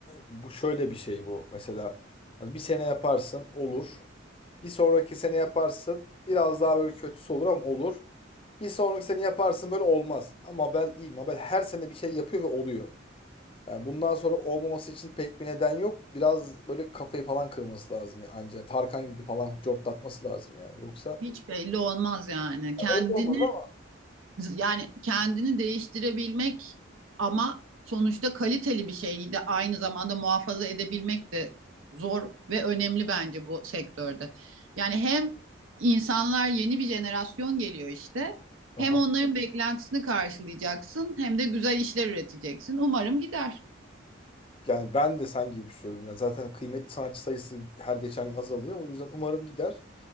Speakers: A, on the left; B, on the right.
A: bu şöyle bir şey bu. Mesela hani bir sene yaparsın olur. Bir sonraki sene yaparsın biraz daha böyle kötüsü olur ama olur. Bir sonraki sene yaparsın böyle olmaz. Ama Mabel değil. Mabel her sene bir şey yapıyor ve oluyor. Yani bundan sonra olmaması için pek bir neden yok. Biraz böyle kafayı falan kırması lazım ya anca. Tarkan gibi falan cortlatması lazım yani. Yoksa
B: Hiç belli olmaz yani. Kendini
A: Ayıp olmaz ama.
B: yani kendini değiştirebilmek ama sonuçta kaliteli bir şeyi de aynı zamanda muhafaza edebilmek de zor ve önemli bence bu sektörde. Yani hem insanlar yeni bir jenerasyon geliyor işte.
A: Aha.
B: Hem onların beklentisini karşılayacaksın hem de güzel işler üreteceksin. Umarım gider.
A: Yani ben de sen gibi düşünüyorum. Yani zaten kıymetli sanatçı sayısı her geçen gün azalıyor. O yüzden umarım gider.